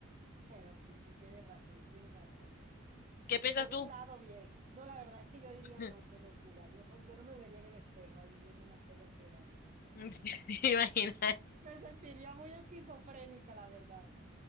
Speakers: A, on the right; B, on the left.
A: Bueno, sí, sí, tienes razón, tienes razón ahí.
B: ¿Qué piensas
A: Por
B: tú?
A: un lado, bien. No, la verdad es que yo diría,
B: <laughs>
A: no, qué locura. Yo, ro- yo no me vería en el espejo ahí yéndome a hacer lo que era.
B: Sí, <laughs> Imagina.
A: Me sentiría muy esquizofrénica, la verdad.